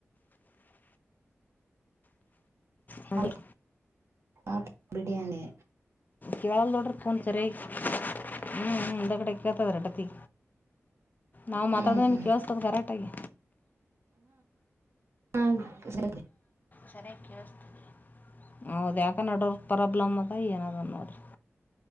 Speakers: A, on the left (about 35°); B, on the right (about 65°).
A: ನೋಡ್ರಿ
B: ಹ ಹ ಬಿಡಯಾನಿ
A: ಕೇೇಳಲ್ ದೊೋಡ್್ರಫೋನ್ ಸಾರೆ ಹ್ಮ ಎಂದ ಕಡೆಕ್ಕಾತ ಹೊರಟತಿ ನಾವು
B: ಹ್ಮ್
A: ಮಾತಾಡ ನಿಮಗೆ
B: ಹ್ಮ್
A: ಕೇಳಿಸತದು ಗರಾಟಾಗಿ
B: ಹಾ ಸರಿ
A: ಸರಿಯ ಕೇೇಳಸ್ತದೆ ಹೌದು ಯಾಕೆ ನಡವರ್ಕ್ ಪ್ರಾಬ್ಲಮ್ ಅದ ಏನದ ನೋಡ್ರರಿ..